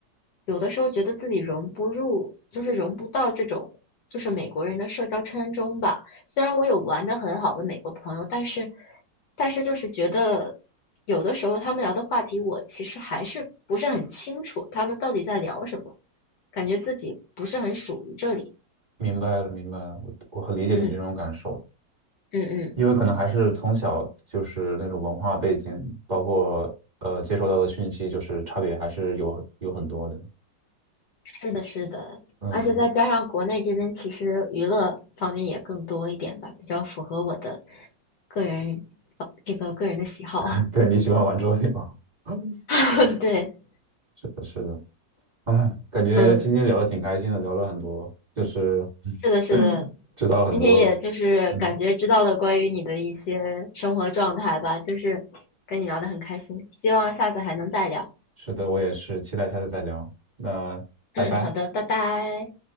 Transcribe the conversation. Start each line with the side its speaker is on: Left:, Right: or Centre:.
Left: 有的时候觉得自己融不入，就是融不到这种就是美国人的社交圈中吧。虽然我有玩的很好的美国朋友，但是但是就是觉得有的时候他们聊的话题，我其实还是不是很清楚他们到底在聊什么，感觉自己不是很属于这里。
Right: 明白了，明白了，我我很理解你这种感受，
Left: 嗯嗯嗯。
Right: 因为可能还是从小就是那种文化背景，包括呃接收到的讯息，就是差别还是有很有很多的。
Left: 是的，是的，
Right: 嗯，
Left: 而且再加上国内这边其实娱乐方面也更多一点吧，比较符合我的个人呃这个个人的喜好。
Right: <laughs> 对，你喜欢玩桌游，<laughs>
Left: <laughs> 对，
Right: 是的，是的，啊，感觉今天聊的挺开心的，
Left: 嗯，
Right: 聊了很多，就是 <clears throat>
Left: 是的，是的。
Right: <laughs> 知道很多，
Left: 今天也就是感觉知道了关于你的一些生活状态吧，
Right: 嗯。
Left: 就是跟你聊的很开心，希望下次还能再聊。
Right: 是的，我也是，期待下次再聊。那拜拜。
Left: 嗯，好的，拜拜。